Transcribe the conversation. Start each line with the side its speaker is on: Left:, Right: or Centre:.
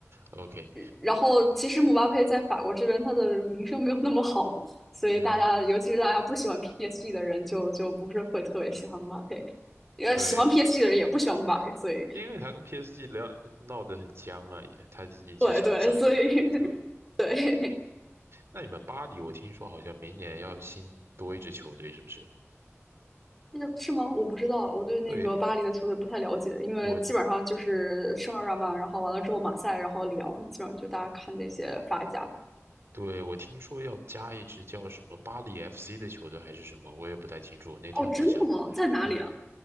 Right: ，OK，
Centre: 然后其实姆巴佩在法国这边他的名声没有那么好，所以大家尤其是大家不喜欢
Right: 嗯，
Centre: PSG 的人就就不是会特别喜欢姆巴佩，呃，
Right: 对。
Centre: 喜欢 PSG 的人也不喜欢姆巴佩，所以
Right: 因为他跟 PSG 聊闹得很僵啊，也他一直想走。
Centre: 对对，所以
Right: 对，
Centre: <laughs>
Right: 那你们巴黎，我听说好像明年要新多一支球队，是不是？
Centre: 那个是吗？我不知道，我对那个巴黎的球队不太了解，
Right: 对，
Centre: 因为基本上就是圣日耳曼，
Right: 我
Centre: 然后完了之后马赛，然后里昂，基本上就大家看这些法甲。
Right: 对我听说要加一支叫什么巴黎 FC 的球队还是什么，我也不太清楚。我那天好像，
Centre: 哦，真的吗？在哪里啊？
Right: 对，